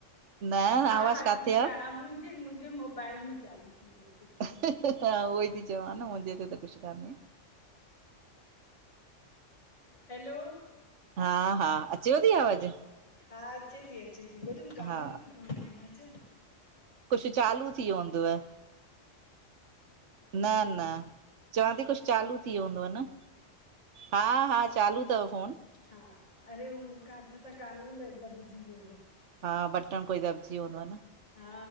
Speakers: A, on the right; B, on the left.
A: न
B: हा
A: आवाज़
B: हा,
A: काथे
B: ठीकु
A: आहे
B: आ, हा मुंहिंजे मुंहिंजे मोबाइल में चालू थी वियो कुझु।
A: हा उहोई ती चवां न, मुंहिंजे हिते त कुछ कान्हे।
B: हैलो?
A: हा- हा अचेव ती आवाज़ु?
B: हा अचे ती -अचे ती, ॿुधुम गानो
A: हा
B: बि तो हले राजा।
A: कुछ चालू थी वयो हुदवं? न- न चवां ती कुछ चालू थी वयो हुदवं न, हा-हा चालू तवि फ़ोनु।
B: हा, अरे हो मूखां हथु सां गानो दॿजी वियो हो।
A: हा, बटणु कोई दबजी वयो हुदंव न?
B: हा